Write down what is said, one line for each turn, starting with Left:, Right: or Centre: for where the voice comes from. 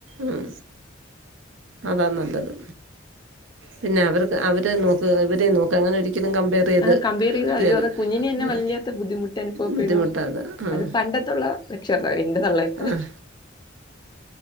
Right: ഉം അതാ നല്ലത് പിന്നെ അവർക്ക് അവരെ നോക്ക് ഇവരെ നോക്ക് അങ്ങനൊരി ക്കലും കമ്പയർ ചെയ്ത്
Left: ആ കമ്പയർ
Right: ആഹ്
Left: ചെയ്ത അയ്യോ അത് കുഞ്ഞിന് തന്നെ വല്ലാത്ത ബുദ്ധിമുട്ട് അനുഭവപ്പെടും
Right: ബുദ്ധിമുട്ടാ അത് ആഹ്
Left: പണ്ടത്തുള്ള രക്ഷകർത്താവ് എന്റെ തള്ളയെപ്പോലെ
Right: ആഹ്